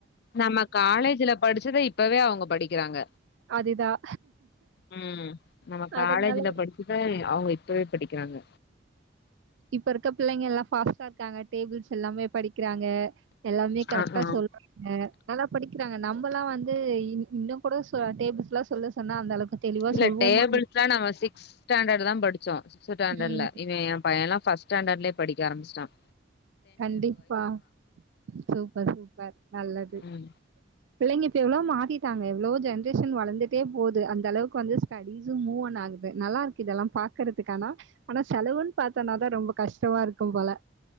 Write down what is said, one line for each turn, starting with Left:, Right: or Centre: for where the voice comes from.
Left: நம்ம காலேஜல படிச்சத இப்பவே அவங்க படிக்கிறாங்க
Right: அதுதான்.
Left: உம் நம்ம
Right: அதனால
Left: காலேஜ்ல படிச்சுதா அவங்க இப்பவே படிக்கிறாங்க
Right: இப்ப இருக்க பிள்ளைங்க எல்லாம் பாஸ்டா இருக்காங்க டேபிள்ஸ் எல்லாமே படிக் கிறாங்க எல்லாமே கரெக்டா
Left: ஆ ஆ
Right: சொல்றாங்க நல்லா படிக்கிறாங்க நம்மல்லாம் வந்து இன்னும் கூட டேபிள்ஸ்ல்லாம் சொல்ல சொன்ன அந்த அளவுக்கு தெளிவா
Left: இல்ல
Right: சொல்வோமா
Left: டேபிள்ஸ்லா நாங்க சிக்ஸ் சிக்ஸ்த் ஸ்டாண்டர்ட்ல படிச்சோம்
Right: ம்
Left: என் பையன் எல்லாம் ஃபர்ஸ்ட் ஸ்டாண்டர்டிலேயே படிக்க ஆரம்பிச்சுட்டான்
Right: கண்டிப்பா சூப்பர் சூப்பர் நல்லது
Left: ம்
Right: பிள்ளைங்க இப்ப எவ்வளவு மாட்டிட்டாங்க எவ்வளோ ஜென்ரேஷன் வளர்ந்துட்டே போது அந்த அளவுக்கு வந்து ஸ்டடிஸ் மூவ் ஆகுது நல்லா இருக்கு இதெல்லாம் பாக்குறதுக்கானா ஆனா செலவுன்னு பார்த்தோம்தான் ரொம்ப கஷ்டமா இருக்கும் போல